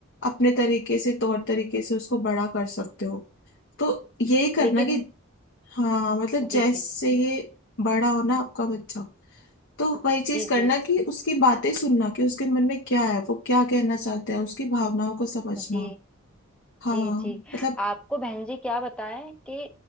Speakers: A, on the left (about 60°); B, in the centre.
A: अपने तरीके से तौर तरीके से उसको बड़ा कर सकते हो तो यही करना
B: लेकिन
A: कि हाँ मतलब
B: जी
A: जैसे
B: जी जी
A: ये बड़ा हो ना आपका बच्चा तो वही चीज
B: जी
A: करना
B: जी जी
A: कि उसकी बातें सुनना कि उसके मन में क्या है वो क्या कहना चाहता है उसकी भावनाओं को समझना
B: जी
A: हाँ
B: जी जी
A: मतलब
B: आपको बहन जी क्या बताएं कि